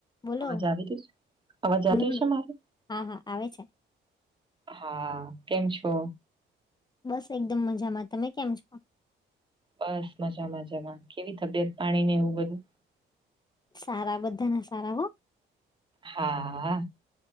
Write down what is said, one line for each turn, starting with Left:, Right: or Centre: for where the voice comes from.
Left: બોલો
Right: અવાજ આવી રય છે, અવાજ આવી
Left: હમ
Right: રય છે, મારે
Left: હા હા આવે છે.
Right: હા કેમ છો?
Left: બસ એકદમ મજામાં તમે કેમ છો?
Right: બસ મજા મજામાં કેવી તબિયત પાણી ને એવું બધું?
Left: સારાં બધાના સારા હો
Right: હા.